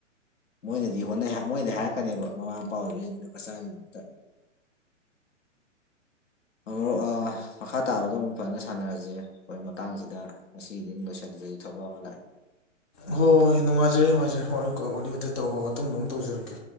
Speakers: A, on the left; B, on the left.
A: ꯃꯣꯏꯅꯗꯤ ꯍꯣꯠꯅꯩ ꯍꯥꯏ ꯃꯣꯏꯅꯗꯤ ꯍꯥꯏꯔꯛꯀꯅꯦꯕ ꯃꯃꯥ ꯃꯄꯥ ꯑꯣꯏꯕꯁꯤꯡꯖꯤꯅ ꯃꯆꯥꯒꯤꯗꯃꯛꯇ ꯃꯔꯨꯞ ꯑ, ꯃꯈꯥ ꯇꯥꯕꯗꯣ ꯑꯃꯨꯛ ꯐꯖꯅ ꯁꯥꯟꯅꯔꯁꯦ ꯑꯩꯈꯣꯏ ꯃꯇꯥꯡꯁꯤꯗ ꯉꯁꯤꯒꯤꯗꯤ ꯑꯃꯨꯛ ꯂꯣꯏꯁꯤꯟꯕꯒꯤ ꯊꯕꯛ ꯑꯃ ꯂꯥꯛꯑꯦ
B: ꯍꯣꯏ ꯍꯣꯏ ꯅꯨꯡꯉꯥꯏꯖꯔꯦ ꯅꯨꯡꯉꯥꯏꯖꯔꯦ ꯍꯣꯏꯀꯣ ꯋꯥꯔꯤ ꯋꯇꯥꯏ ꯇꯧꯕ ꯃꯇꯨꯡꯗ ꯗꯨꯝ ꯇꯧꯖꯔꯛꯀꯦ